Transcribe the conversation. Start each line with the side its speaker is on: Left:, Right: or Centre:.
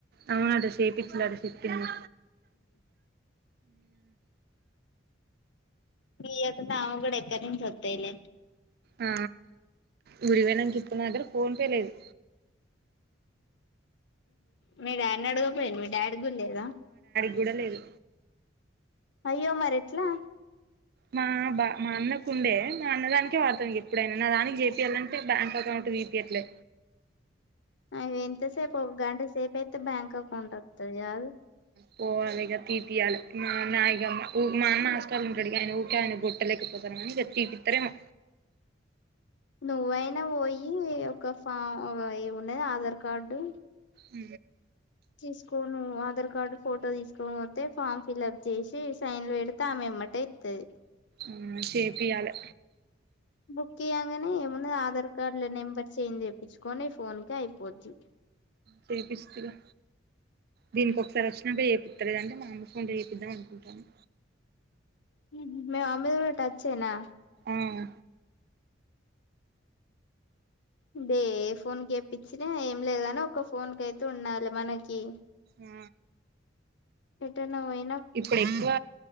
Right: అవున అద శేయిపించలా అద శప్పింది
Left: న ఎకు ఆ కూడా ఎక్కాడి ఒత్త ఇలే
Right: ఆ గుడివేనక ఇప్పుడు దగ్గర ఫోన్ పేలేదు
Left: మీ డాడ్ని అడగపోడి మీ డాడ్ గుడ లేదా
Right: గుడలేదు
Left: అయ్యో మరెట్లా
Right: మా బా మా అన్నకుండే మా అన్నదానికే వాడుతుాం ఎప్పుడైనా నా దానికి చేపియాలింటే బ్యాంక్ అకౌంట్ తీపియ్యట్లే
Left: అవి ఎంతసేపు ఒక గంట సేపు అయితే బ్యాంక్ అకౌంట్ ఒత్తది గాదు
Right: పోవాలిగా తీపియాలి మా నాగమ్ మా అన్న ఆస్టల్ ఉంటాడు ఆయన ఊకే ఆయన గోట్టలేకపో ముప్పతర మణి కట్టిటి తీపిత్తారెమో
Left: నువ్వైనా పోయి ఒక ఫా ఏముంన్నది ఆధార్ కార్డు
Right: అ
Left: తీసుకో ను్వు ఆధార్ కార్డు ఫోటో తీసుకోకపోతే ఫామ్ ఫిల్ప్ చేసి సైన్లు పెడితే ఆమె ఎమ్మాటై ఇత్తది
Right: ఉమ్ చెపియ్యాలి
Left: బుక్ ఇయ్యాంగానే ఏమున్నది ఆధార్ కార్డ్ల నెంబర్ చేయిం తెప్పించుకొని ఫోన్కి అయిపోద్ది
Right: చేపిస్తయిగా దీనికి ఒకసారి వచ్చినప్పుడు చేపిత్త పట్టలేదంటే మా అమ్మ ఫోన్ తో చేపిద్దాం అనుకుంటాను
Left: మేమే మమ్మీది గూడా టచ్చనా
Right: ఆవు
Left: అదే ఏ ఫోన్కి ఇప్పించినా ఏం లేదని ఒ ఫోన్ క అయితే ఉండాలి మనకి
Right: ఆ
Left: ఏంటన్నవోయినా
Right: ఇప్పుడు ఎక్కువ